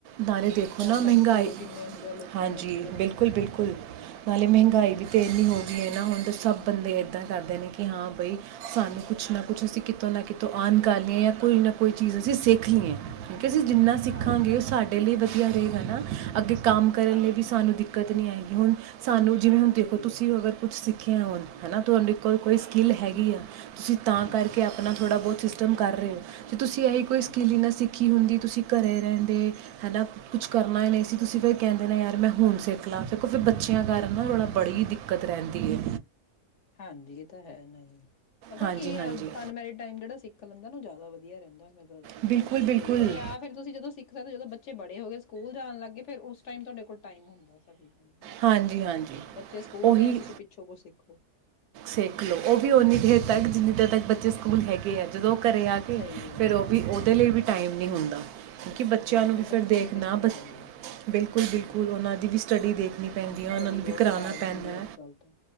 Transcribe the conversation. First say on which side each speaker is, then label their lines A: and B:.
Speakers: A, on the right; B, on the left.
A: ਨਾਲੇ ਦੇਖੋ ਨਾ
B: ਔਨਲਾਈਨ
A: ਮਹਿੰਗਾਈ
B: ਸਟੋਰ ਕਿੰਨੇ ਹੁੰਦੇ ਆ ਲੋਕਾਂ
A: ਹਾਂਜੀ
B: ਦੇ ਮਤਲਬ ਐਵੇਂ
A: ਬਿਲਕੁਲ ਬਿਲਕੁਲ ਨਾਲੇ ਮਹਿੰਗਾਈ
B: ਹਮ
A: ਵੀ ਤੇ ਇੰਨੀ ਹੋ ਗਈ ਐ। ਨਾ ਹੁਣ ਤਾਂ ਸਭ ਬੰਦੇ ਇੱਦਾਂ ਕਰਦੇ ਨੇ ਕਿ ਹਾਂ ਬਈ ਸਾਨੂੰ ਕੁਛ ਨਾ ਕੁਛ ਅਸੀਂ ਕਿਤੋਂ ਨਾ ਕਿਤੋਂ ਰਨ ਕਰ ਲਈਏ ਜਾਂ ਕੋਈ ਨਾ ਕੋਈ ਚੀਜ਼ ਅਸੀਂ ਸਿੱਖ ਲਈਏ। ਕੀ ਜਿੰਨਾ ਸਿੱਖਾਂਗੇ
B: ਹਾਂਜੀ
A: ਉਹ ਸਾਡੇ ਲਈ ਵਧੀਆ। ਰਹੇਗਾ ਨਾ ਅੱਗੇ <inaudible> ਕੰਮ ਕਰਨ
B: ਹਾਂਜੀ
A: ਲਈ ਵੀ ਸਾਨੂੰ ਦਿੱਕਤ ਨਹੀਂ ਆਈ। ਹੂੰ। ਸਾਨੂੰ ਜਿਵੇਂ ਹੁਣ
B: ਸਹੀ
A: ਦੇਖੋ ਤੁਸੀਂ
B: ਗੱਲ ਹੈ।
A: ਅਗਰ ਕੁਛ ਸਿੱਖ ਕਿਹਾ ਹੁਣ ਹਨਾ ਤੁਹਾਡੇ ਕੋਲ ਕੋਈ ਸਕਿੱਲ ਹੈਗੀ ਹੈ ਤੁਸੀਂ ਤਾਂ
B: ਹਾਂਜੀ
A: ਕਰਕੇ ਆਪਣਾ ਥੋੜ੍ਹਾ ਬਹੁਤ <unintelligible> ਕਰ ਰਹੇਓ ਜੇ ਤੁਸੀਂ ਇਹੀ ਕੋਈ
B: ਹਾਂਜੀ
A: ਸਕਿੱਲ ਹੀ ਨਾ ਸਿੱਖੋ। ਹੁੰਦੀ ਤੁਸੀਂ ਘਰੇ ਰਹਿੰਦੇ ਹੈ ਨਾ ਕੁਛ ਕਰਨਾ ਹੀ ਨਹੀਂ ਸੀ ਤੁਸੀਂ ਫਿਰ ਕਹਿੰਦੇ ਨਾ ਯਾਰ ਮੈਂ ਹੁਣ ਸਿੱਖ ਲਾਂ ਦੇਖੋ ਫਿਰ ਬੱਚਿਆਂ ਕਾਰਨ ਨਾ ਥੋੜ੍ਹਾ ਬੜੀ ਦਿੱਕਤ ਰਹਿੰਦੀ ਹੈ।
B: ਹਾਂਜੀ ਇਹ ਤਾਂ ਹੈ ਨਹੀਂ। ਪਤਾ
A: ਹਾਂਜੀ
B: ਕੀ
A: ਹਾਂਜੀ
B: ਅਨਮੈਰਿਡ ਟਾਈਮ ਜਿਹੜਾ ਸਿੱਖ ਲੈਂਦਾ ਨਾ ਉਹ ਜ਼ਿਆਦਾ ਵਧੀਆ ਰ <unintelligible>
A: ਬਿਲਕੁਲ
B: ਮੇਰੀ ਤਾਂ
A: ਬਿਲਕੁਲ
B: ਸੋਚ ਹੈ ਜਾਂ ਫਿਰ ਤੁਸੀਂ ਜਦੋਂ ਸਿੱਖ ਸਕਦੇ ਹੋ ਜਦੋਂ ਬੱਚੇ ਬੜੇ ਹੋ ਗਏ ਸਕੂਲ ਜਾਣ ਲੱਗ ਗਏ ਫੇਰ ਉਸ ਉਸ ਟਾਈਮ ਤੁਹਾਡੇ ਕੋਲ ਟਾਈਮ ਹੁੰਦਾ <unintelligible> ਹਨਾ
A: ਹਾਂਜੀ ਹਾਂਜੀ
B: ਬੱਚੇ ਸਕੂਲ
A: ਉਹੀ
B: ਗਏ ਤੁਸੀਂ ਪਿੱਛੋਂ ਕੁਛ ਸਿੱਖੋ।
A: ਸਿੱਖ ਲਓ ਉਹ ਵੀ ਉਨੀ ਦੇਰ
B: ਹਮ
A: ਤੱਕ ਜਿੰਨੀ ਦੇਰ ਤੱਕ ਬੱਚੇ ਸਕੂਲ ਹੈਗੇ ਆ ਜਦੋਂ ਉਹ ਘਰੇ ਆ ਗਏ
B: ਸਹੀ ਗੱਲ
A: ਫਿਰ
B: ਹੈ
A: ਉਹ ਵੀ ਉਹਦੇ ਲਈ ਵੀ ਟਾਈਮ ਨਹੀਂ ਹੁੰਦਾ। ਕਿਉਂਕਿ ਬੱਚਿਆਂ
B: ਨਹੀਂ
A: ਨੂੰ ਵੀ ਫਿਰ
B: ਬੱਚੇ
A: ਦੇਖਣਾ
B: ਦੇਖਣੇ
A: ਬ
B: ਪੈਂਦੇ ਆ
A: ਬਿਲਕੁਲ
B: ਹਮ
A: ਬਿਲਕੁਲ ਉਹਨਾਂ ਦੀ ਵੀ ਸਟੱਡੀ ਦੇਖ। ਪੈਂਦੀ
B: ਸਟੱਡੀ
A: ਹੈ ਉਹਨਾਂ ਨੂੰ
B: ਬਹੁਤ
A: ਵੀ ਕਰਾਉਣਾ
B: ਹਾਰਡ
A: ਪੈਂਦਾ
B: ਹੁੰਦੀ ਅੱਜ ਕੱਲ ਤਾਂ